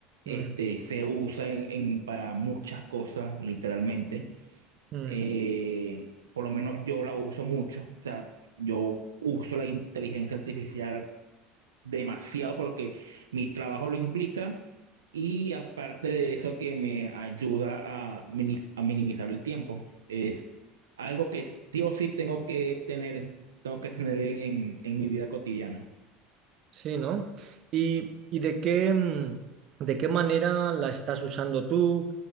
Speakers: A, on the right; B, on the right.
A: este,
B: Mm,
A: se usa en, en- para muchas cosas, literalmente.
B: mm.
A: Eh, por lo menos yo la uso mucho. O sea, yo uso la inteligencia artificial demasiado porque mi trabajo lo implica y aparte de eso que me ayuda a, minis- a minimizar el tiempo. Es algo que sí o sí tengo que tener, tengo que tener en, en- en mi vida cotidiana.
B: Sí, ¿no? ¿Y, y de qué, mm, de qué manera la estás usando tú?